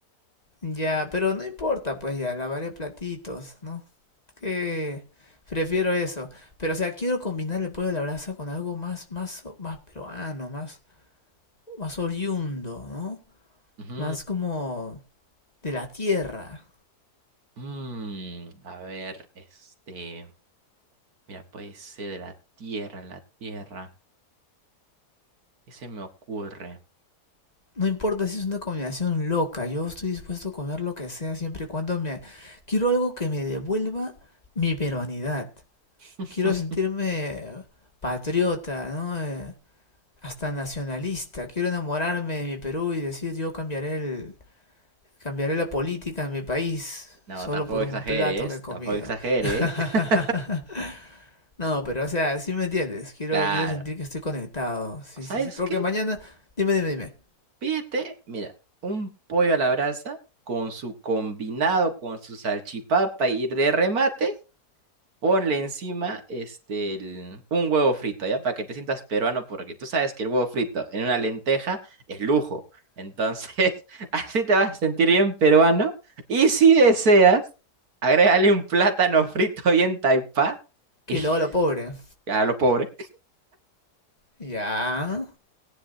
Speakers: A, on the left; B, on the right.
A: Ya, pero no importa, pues ya, lavaré platitos, ¿no? Que prefiero eso. Pero, o sea, quiero combinar el pollo a la brasa con algo más, más, más peruano, más, más oriundo, ¿no?
B: <laughs> Ujú.
A: Más como de la tierra.
B: Mm, a ver, este, mira, puede ser de la tierra, la tierra. ¿Qué se me ocurre?
A: No importa si es una combinación loca, yo estoy dispuesto a comer lo que sea siempre y cuando me... Quiero algo que me devuelva mi peruanidad.
B: <laughs>
A: Quiero sentirme patriota, ¿no? Eh, hasta nacionalista. Quiero enamorarme de mi Perú y decir yo cambiaré el, cambiaré la política en mi país
B: No,
A: solo
B: tampoco
A: por un
B: exageres,
A: plato que he comido.
B: tampoco exageres.
A: <laughs>
B: <laughs>
A: no, pero o sea, sí me entiendes. Quiero,
B: Claro.
A: quiero sentir que estoy conectado. Sí,
B: ¿Sabes
A: sí, sí. Porque
B: qué?
A: mañana, dime, dime, dime.
B: Pídete, mira, un pollo a la brasa con su combinado, con su salchipapa y de remate, Ponle encima este, el- un huevo frito, ¿ya? Para que te sientas peruano, porque tú sabes que el huevo frito en una lenteja es lujo. Entonces, <laughs> así te vas a sentir bien peruano. Y si deseas, agrégale un plátano frito bien taipá.
A: Que
B: Y <laughs>
A: luego lo pobre.
B: a lo pobre.
A: Ya.